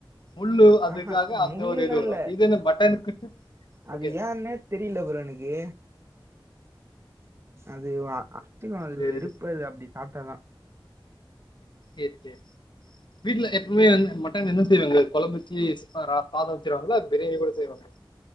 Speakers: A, on the left; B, on the right.
A: முள்ளு அதுக்காக
B: ஆஹா
A: அந்த
B: முள்ளுலா
A: ஒரு இது வரும்
B: இல்ல
A: இது என்ன மட்டனுக்கு
B: அது
A: ஓகே
B: ஏன்னே தெரியல ப்ரோ எனக்கு அது <unintelligible> அது
A: சரி
B: வெறுப்பது அப்டி சாப்ப அதா
A: செரி செரி வீட்ல எப்பவுமே வந் மட்டன் என்ன செய்வாங்க? கொழம்பு ஊத்தி சாதம் வச்சிருவாங்ளா? கிரேவி கூட செய்வாங்ளா?